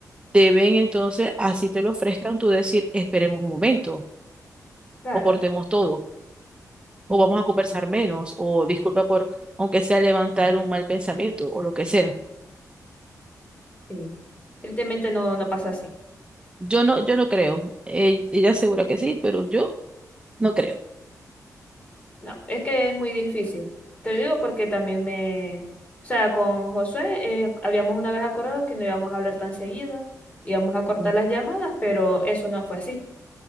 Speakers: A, on the right; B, on the left.
A: deben entonces, así te lo ofrezcan, tú decir, esperemos un momento,
B: Claro.
A: o cortemos todo, o vamos a conversar menos, o disculpa por, aunque sea levantar un mal pensamiento, o lo que sea.
B: Sí. Tristemente no, no pasa así.
A: Yo no, yo no creo. Eh, Ella asegura que sí, pero yo no creo.
B: No, es que es muy difícil. Te lo digo porque también me... O sea, con Josué eh, habíamos una vez acordado que no íbamos a hablar tan seguido, íbamos a cortar
A: Ujú.
B: las llamadas, pero eso no fue así.